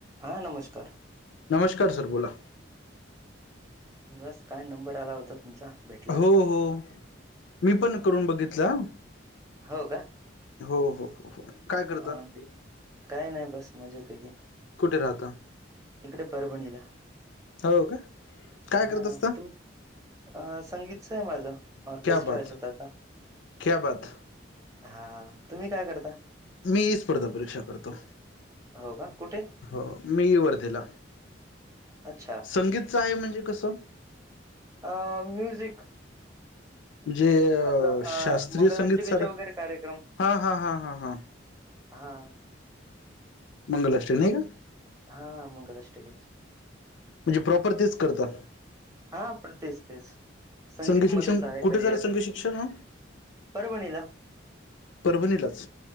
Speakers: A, on the right; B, on the left.
A: हां नमस्कार.
B: नमस्कार सर बोला.
A: बस काय नंबर आला होता तुमचा भेटला.
B: हो हो मी
A: हां.
B: पण करून बघितलं.
A: हो
B: हो हो हो हो. काय करता
A: हा ते काही नाही बस मजेत आहे की
B: कुठे राहता
A: इकडे परभणीला
B: हो का काय
A: हा
B: करत असता
A: तू अ संगीतच आहे माझं ऑर्केस्ट्रा
B: क्या बात
A: आहे स्वतःचा
B: क्या बात
A: हा तुम्ही काय करता.
B: मी ही स्पर्धा परीक्षा करतो.
A: हो का कुठे?
B: हो मी वर्धेला.
A: अच्छा.
B: संगीतच आहे म्हणजे कसं.
A: अ म्युझिकिक
B: म्हणजे
A: आपलं अ
B: शास्त्रीय
A: मंगलष्टमीचे
B: संगीत सर
A: वगैरे कार्यक्रम
B: हा हा हा हा हा
A: हा.
B: मंगलष्ट्री नाही का?
A: हा मंगलआष्टक.
B: म्हणजे प्रॉपर तेच करता.
A: हा प्र तेच- तेच. संगीतमध्येच
B: संगीत शिक्षण
A: आहे
B: कुठे
A: करिअर
B: झालं संगीत शिक्षण
A: परभणीला
B: परभणीलाच